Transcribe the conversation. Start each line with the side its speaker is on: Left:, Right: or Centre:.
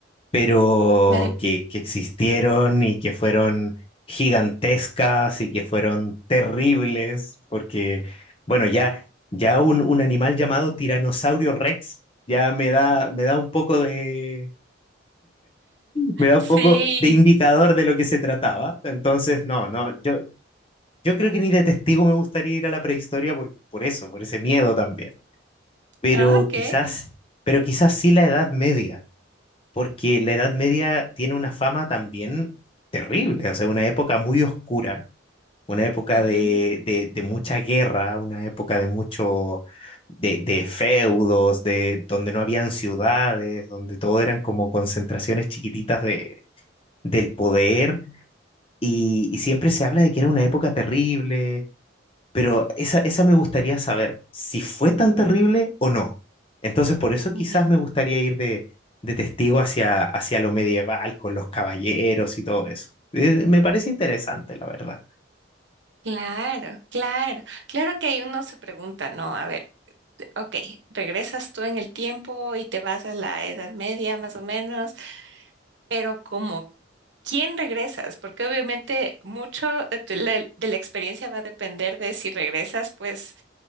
Left: Pero
Right: Claro.
Left: que, que existieron y que fueron gigantescas y que fueron terribles, porque, bueno, ya, ya un, un animal llamado Tiranosaurio Rex ya me da, me da un poco de... me da
Right: Sí,
Left: un poco de indicador de lo que se trataba. Entonces, no, no, yo, yo creo que ni de testigo me gustaría ir a la prehistoria por, por eso, por ese miedo también. Pero
Right: ok.
Left: quizás, pero quizás sí la Edad Media, porque la Edad Media tiene una fama también terrible, o sea, una época muy oscura, una época
Right: Ujú,
Left: de, de, de mucha guerra, una época de mucho... De, de feudos, de donde no habían ciudades, donde todo eran como concentraciones chiquititas de, del poder y, y siempre se habla de que era una época terrible, pero esa, esa me gustaría saber si fue tan terrible o no. Entonces, por eso quizás
Right: ya.
Left: me gustaría ir de, de testigo hacia, hacia lo medieval, con los caballeros y todo eso. Eh, me parece interesante, la verdad.
Right: Claro, claro, claro que ahí uno se pregunta, ¿no? A ver, ok, regresas tú en el tiempo y te vas a la Edad Media más o menos, pero como ¿Quién regresas? Porque obviamente mucho de, tu- la- de la experiencia va a depender de si regresas, pues,